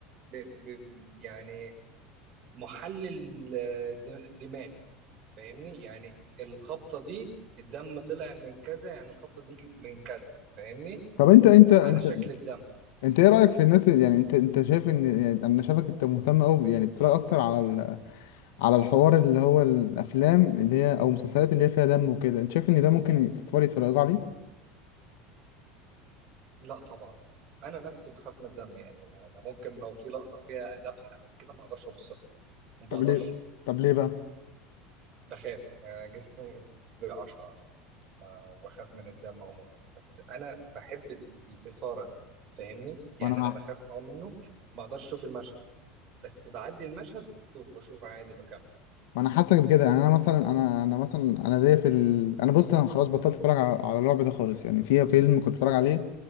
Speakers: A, on the right; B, on the left.
A: ب... ب... يعني محلل آه، د- دماء فاهمني يعني الخبطة دي الدم طلع من كذا يعني الخبطة دي من كذا فاهمني
B: طب انت انت انت
A: على شكل الدم
B: انت ايه رايك في الناس اللي- يعني انت انت شايف ان يعني انا شايفك انت مهتم قوي يعني بتتفرج اكتر على ال- على الحوار اللي هو الافلام اللي هي او المسلسلات اللي هي فيها دم وكده انت شايف ان ده ممكن الاطفال يتفرجوا عليه
A: لا طبعا انا نفسي بخاف من الدم يعني انا أنا ممكن لو في لقطة فيها ذبحة او كده ما اقدرش ابص لها ما بقدرش
B: طب ليه طب ليه بقى
A: بخاف أنا جسمي بيقشعر ما بخاف من الدم عموما بس انا بحب ال- الإثارة دي فاهمني يعني
B: وانا
A: انا بخاف اه منه ما اقدرش اشوف المشهد بس بعدي المشهد وبشوف عادي بكمل
B: وانا حاسك بكده يعني انا مثلا انا انا مثلا انا ليا في ال... انا بص انا خلاص بطلت اتفرج على على الرعب ده خالص يعني في فيلم كنت اتفرج عليه